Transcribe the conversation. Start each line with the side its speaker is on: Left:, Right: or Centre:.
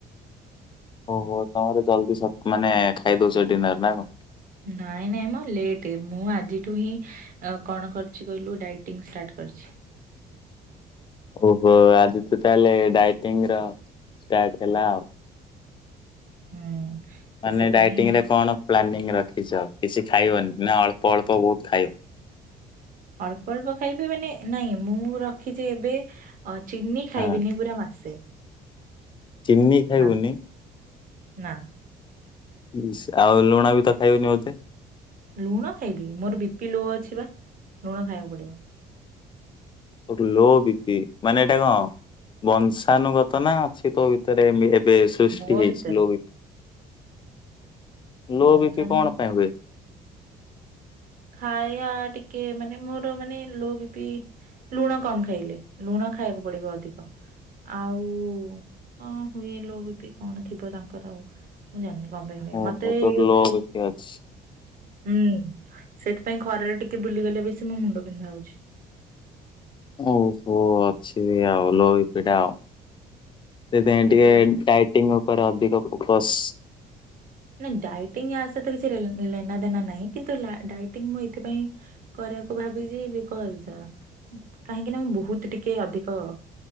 Left: ଓହୋ ତମର ଜଲଦି ସ ମାନେ ଖାଇଦଉଛ ଡିନର ନା କଣ?
Right: ନାଇଁ ନାଇଁ ମୋ ଲେଟ୍ ମୁଁ ଆଜିଠୁ ହିଁ ଅ କଣ କରିଛି କହିଲୁ ଡାଇଟିଂ ଷ୍ଟାର୍ଟ କରିଛି।
Left: ଓହୋ ଆଜି ତୁ ତାହେଲେ ଡାଇଟି ର ଷ୍ଟାର୍ଟ ହେଲା ଆଉ।
Right: ହୁଁ ସେଥିପାଇଁ
Left: ମାନେ ଡାଇଟିଂରେ କଣ ପ୍ଲାନିଂ ରଖିଛ କିଛି ଖାଇବନି ନା ଅଳ୍ପ ଅଳ୍ପ ବହୁତ ଖାଇ
Right: ଅଳ୍ପ ଅଳ୍ପ ଖାଇବି ମାନେ ନାଇଁ ମୁଁ ରଖିଚି ଏବେ ଅ ଚିନି ଖାଇବିନି
Left: ହଁ
Right: ପୁରା ମାସେ।
Left: ଚିନି ଖାଇବୁନି?
Right: ନା ନା।
Left: ଇସ ଆଉ ଲୁଣ ବି ତ ଖାଇବିନି ମତେ?
Right: ଲୁଣ ଖାଇବି ମୋର ବି ପି ଲୋ ଅଛି ବା ଲୁଣ ଖାଇଆକୁ ପଡିବ।
Left: କୋଉଠି ଲୋ ବି ପି ମାନେ ଏଇଟା କଣ ବଂଶାନୁଗତ ନା ଅଛି ତୋ ଭିତରେ ଏବେ ସୃଷ୍ଟି
Right: ମୋ
Left: ହେଇଛି
Right: ଭିତରେ
Left: ଲୋ ବି ଲୋ
Right: ବଞ୍ଚାଣ
Left: ବି ପି କଣ ପାଇଁ ହୁଏ?
Right: ଖାଇଆ ଟିକେ ମାନେ ମୋର ମାନେ ଲୋ ବି ପି ଲୁଣ କମ ଖାଇଲେ ଲୁଣ ଖାଇବାକୁ ପଡିବ ଅଧିକ ଆଉ କଣ ହୁଏ ଲୋ ବି ପି କଣ ଥିବ ତାଙ୍କର ଆଉ। ମୁଁ ଜି କମ୍ ପାଇଁ ହ
Left: ଓହୋ
Right: ମତେ
Left: ତୋର
Right: ଏବି
Left: ଲୋ ବିପି ଅଛି
Right: ହୁଁ ସେଥିପାଇଁ ଖରାରେ ଟିକେ ବୁଲିଗଲେ ବେଶୀ ମୋ ମୁଣ୍ଡ ବିିନ୍ଧା ହୋଉଛି।
Left: ଓହୋ ଅଛି ବି ଆଉ ଲୋ ବି ପି ଟା ଆଉ। ସେଥିାଇଁ
Right: କେତେବେଳେ
Left: ଟିକେ ଡାଇଟିଂ ଉପରେ ଅଧିକ ଫୋକସ
Right: ନାଇଁ ଡାଇଟିଂ ୟା ସହିତ କିଛି ଲେନା ଦେନା ନାହିଁ କିନ୍ତୁ ଲା ଡାଇଟିଂ ମୁଁ ଏଥିପାଇଁ କରିବାକୁ ଭାବିଯି ବିକୋଜ଼ କାହିଁକି ନା ମୁଁ ବହୁତ ଟିକେ ଅଧିକ